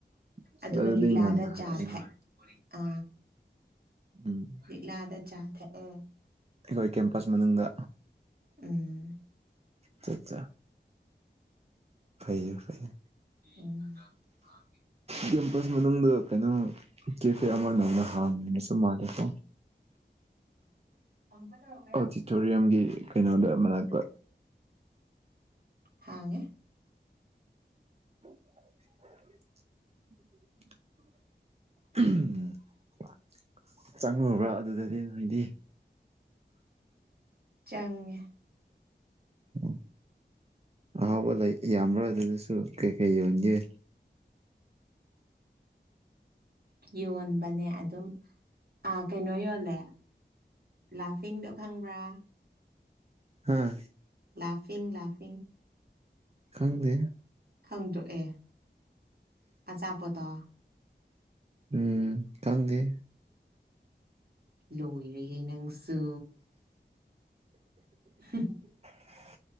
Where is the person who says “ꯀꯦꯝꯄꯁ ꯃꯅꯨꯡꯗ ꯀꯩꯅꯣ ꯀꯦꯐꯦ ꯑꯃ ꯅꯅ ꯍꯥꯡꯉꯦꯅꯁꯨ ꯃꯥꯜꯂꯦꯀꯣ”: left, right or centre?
Right